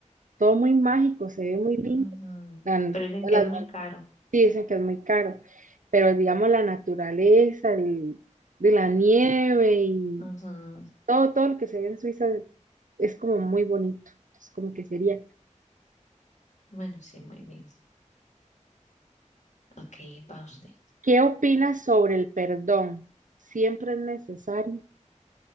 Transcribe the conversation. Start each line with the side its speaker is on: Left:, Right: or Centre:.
Right: todo muy mágico, se ve muy lindo.
Left: Ujú,
Right: Tan-
Left: Pero dicen
Right: Las
Left: que es
Right: montañas
Left: muy caro.
Right: dicen que es muy caro, pero digamos la naturaleza, el- de la nieve y
Left: Ujú.
Right: todo, todo lo que se ve en Suiza es como muy bonito. Es como que sería
Left: Bueno, sí, muy bien. Ok, va usted.
Right: ¿Qué opinas sobre el perdón? ¿Siempre es necesario?